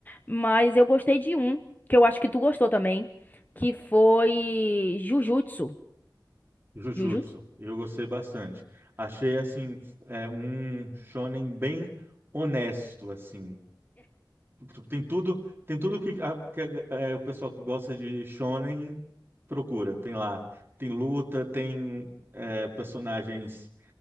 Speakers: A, on the left; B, on the right.
A: Mas eu gostei de um que eu acho que tu gostou também, que foi Jujutsu.
B: Jujutsu.
A: Jujutsu?
B: Eu gostei bastante. Achei assim é, um shonen bem honesto assim. Tu- Tem tudo, tem tudo que, a- que é, o pessoal que gosta de shonen procura. Tem lá, tem luta, tem é, personagens